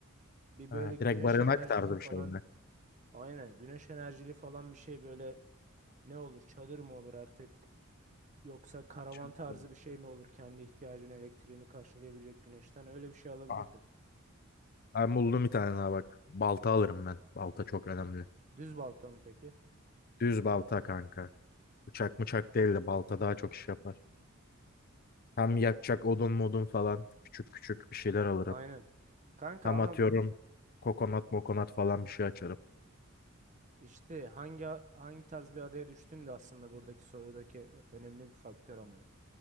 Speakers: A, on the right (about 35°); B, on the left (about 45°).
A: Bir
B: Ha,
A: böyle güneş
B: direkt barınak
A: enerjili
B: tarzı
A: falan.
B: bir şey mi?
A: Aynen güneş enerjili falan bir şey böyle ne olur çadır mı olur artık yoksa karavan
B: Çankırı.
A: tarzı bir şey mi olur kendi ihtiyacını elektriğini karşılayabilecek güneşten öyle bir şey alabilirdim.
B: Aa, Ben buldum bir tane daha bak. Balta alırım ben. Balta çok önemli.
A: Düz balta mı peki?
B: Düz balta kanka. Bıçak mıçak değil de balta daha çok iş yapar. Hem yakacak odun modun falan. Küçük küçük bir şeyler alırım.
A: Aynen. Kanka
B: Hem
A: ama
B: atıyorum kokonat mokonat falan bir şey açarım.
A: İşte hangi hangi tarz bir adaya düştüğün de aslında buradaki sorudaki önemli bir faktör ama.